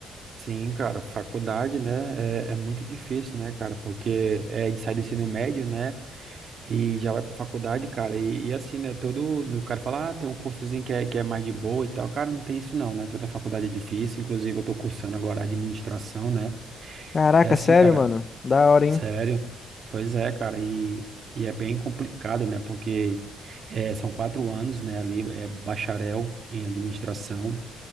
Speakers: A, on the right; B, on the left.
A: Sim, cara, faculdade, né, é, é muito difícil, né, cara, porque é, a gente sai do ensino médio, né, e já vai pra faculdade, cara, e, e assim, né, todo, o cara fala, ah, tem um cursozinho que é, que é mais de boa e tal, cara, não tem isso não, né, toda faculdade é difícil, inclusive eu tô cursando agora administração, né,
B: Caraca,
A: e assim,
B: sério,
A: cara,
B: mano? Da hora,
A: Sério?
B: hein?
A: Pois é, cara, e, e é bem complicado, né? Porque eh, são quatro anos, né, ali, é bacharel em administração.